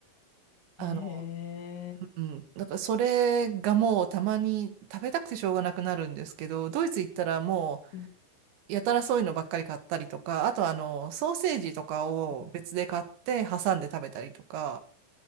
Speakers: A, on the left (about 70°); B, on the right (about 70°).
A: ええ
B: あの、うん、だからそれがもうたまに食べたくてしょうがなくなるんですけど、ドイツ行ったらも
A: うん
B: う、やたらそういうのばっかり買ったりとか、あとあの、ソーセージとかを別で買って挟んで食べたりとか、
A: うん